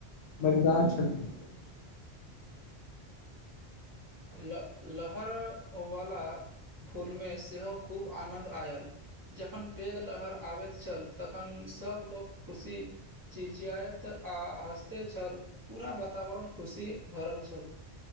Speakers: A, on the left; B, on the right.
A: मजदार क्षण गेल।
B: ल लहर अवाला फूल मे सेहो खूब आनन्द आयल जखन पेघ लहर आबैत छल तखन सब लोक खुशी चिचायत आ हँसते छल पूरा वातावरण खुशी भरल छल